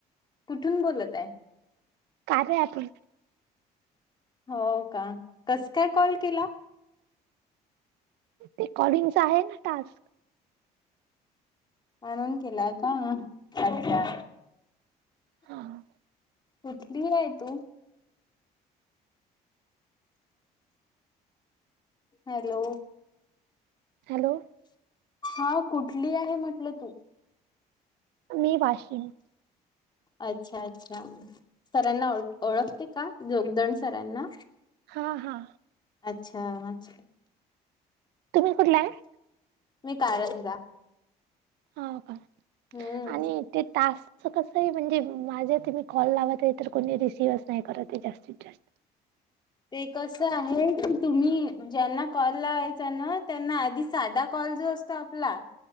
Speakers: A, on the left; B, on the right.
A: कुठून बोलत आहे.
B: काय रे अतुल.
A: हो का, कसं काय कॉल केला.
B: रेकॉर्डिंगचा आहे ना टास्क.
A: आराम केला का, अच्छा.
B: हां
A: कुठली आहे तू. हॅलो.
B: हॅलो.
A: हौ, कुठली आहे म्हटलं तू.
B: मी वाशीन.
A: अच्छा अच्छा, सरांना ओळ ओळखते का जोगदण सरांना.
B: हां हां.
A: अच्छा अच्छा.
B: तुम्ही कुठल्या आहे.
A: मी कारंजा.
B: हो का,
A: हम्म
B: आणि ते टास्क. अस कसं आहे म्हणजे माझे तुम्ही कॉल लावत, तर कोणी रिसीवच नाही ये करत जास्तीत जास्त.
A: ते कसं आहे की, तुम्ही ज्यांना कॉल. लावायचा ना त्यांना साधा कॉल जो असतो, आपला